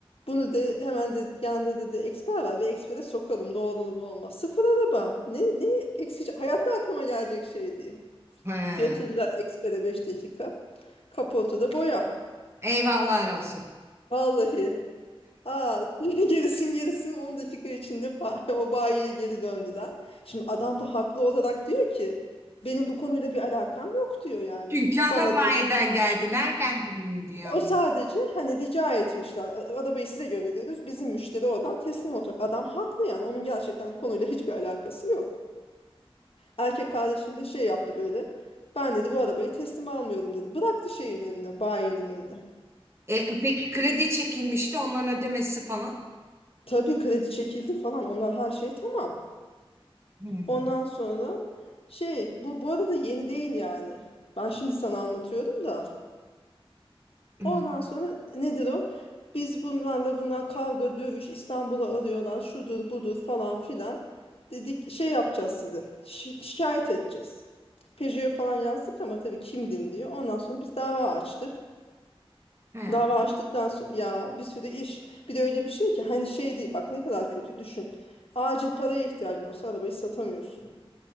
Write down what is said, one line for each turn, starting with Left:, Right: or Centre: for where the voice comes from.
Left: bunu de hemen de yanında dedi eksper var bir ekspere sokalım ne olur ne olmaz. Sıfır araba. Ne, ne eksici hayatta aklıma gelecek şey diye.
Right: He,
Left: Götürdüler ekspere 5 dakika. Kaportada boya.
Right: eyvahlar olsun.
Left: Vallahi. Aa, <laughs> gerisin gerisin 10 dakika içinde pa- <laughs> o bayiye geri döndüler. Şimdi adam da haklı olarak diyor ki benim bu konuyla bir alakam yok diyor yani.
Right: Çünkü ana
Left: Bana
Right: bayiden
Left: diyor.
Right: geldi. Nereden bileyim diyor.
Left: O sadece hani rica etmişler. "A- Arabayı size gönderiyoruz. Bizim müşteri oradan teslim olacak. Adam haklı yani. Onun gerçekten konuyla hiçbir alakası yok. Erkek kardeşim de şey yaptı böyle. Ben dedi bu arabayı teslim almıyorum dedi. Bıraktı şeyin önüne, bayinin önüne.
Right: E, peki kredi çekilmişti onların ödemesi falan.
Left: Tabii kredi çekildi falan. Onlar her şey tamam.
Right: Hmm.
Left: Ondan sonra şey bu bu arada yeni değil yani. Ben şimdi sana anlatıyorum da.
Right: hmm,
Left: Ondan sonra nedir o? Biz bunlarla bunlar kavga dövüş İstanbul'a arıyorlar şudur budur falan filan. Dedik şey yapacağız sizi. şi- şikayet edeceğiz. Peugeot'a falan yazdık ama tabii kim dinliyor. Ondan sonra biz dava açtık.
Right: he.
Left: Dava açtıktan sonra ya bir sürü iş. Bir de öyle bir şey ki hani şey değil bak ne kadar kötü düşün. Acil paraya ihtiyacın olsa arabayı satamıyorsun.